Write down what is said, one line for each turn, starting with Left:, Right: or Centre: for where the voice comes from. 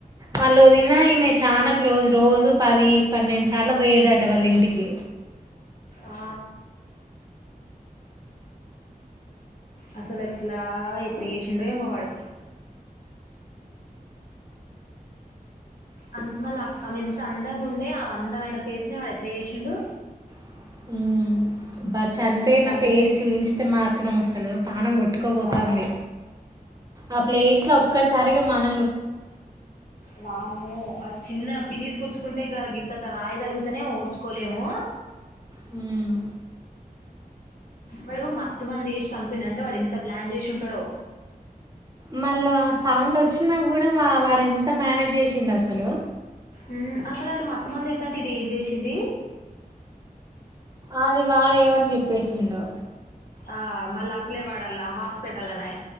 Right: వాళ్ళ వదినా ఈమె చానా క్లోజ్ రోజు పది పన్నెండు సార్లు పోయేదట వాళ్ళ ఇంటికి
Left: ఆ అసల్ ఎట్లా ఎట్లా చేసిండో ఏమ్మో వాడు అంత మళ్ళీ ఆమ ఎంత అందంగా ఉండే అవి అందమైన ఫేస్ ని వాడు ఎట్లా చేసిండు
Right: హ్మ్ అబా చనిపోయిన
Left: మొత్తం కనుబొమ్
Right: ఫేస్ చూయించితే మాత్రం అసలు పాణం కొట్టకపోతాంది
Left: ఆ
Right: ఆ ప్లేస్ లో ఒక్కసారిగా మన
Left: వామ్మో చిన్న పినిస్ గుచ్చుకుంటే గాగిత్తత రాయి తలుగుతేనే ఒర్చుకోలేము
Right: హ్మ్
Left: వాడు మత్తుమందు ఎసి చంపిండంటే వాడు ఎంత ప్లాన్ చేసి ఉంటడో
Right: మళ్ళా సౌండ్ ఒచ్చినా కూడా వా వాడు ఎంత మ్యానేజ్ జేసిండసలు
Left: మ్మ్ అసలు ఆడు మత్తుమందు ఇత్తంటే ఇది ఏం చేసింది
Right: అది వాడు ఏమని చెప్పేసిండో
Left: ఆ మళ్ళా అసలే వాడల్లా హాస్పిటల్ నాయే